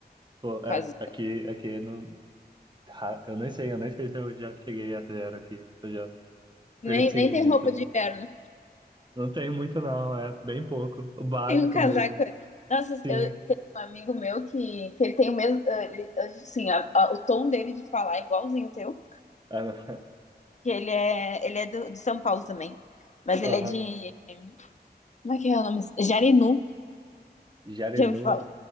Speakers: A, on the right (about 25°); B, on the left (about 45°).
A: pô,
B: quase.
A: é, aqui, aqui não. ra- Eu nem sei, eu nem sei se eu já cheguei a zero aqui, se eu já
B: Nem,
A: experienciei
B: nem tem
A: isso.
B: roupa de inverno.
A: Não tem muito, não, é bem pouco, o básico
B: Tem um casaco
A: mesmo.
B: ali. Nossa,
A: Sim,
B: eu tenho um amigo meu que, que ele tem o mesmo. eh, ele- assim, a- a- o tom dele de falar é igualzinho o teu.
A: é,
B: Que ele é, ele é do, de São Paulo também. Mas
A: <laughs>
B: ele
A: aham.
B: é de. Como é que é o nome? Jarinu,
A: Jarinu,
B: já ouvi falar.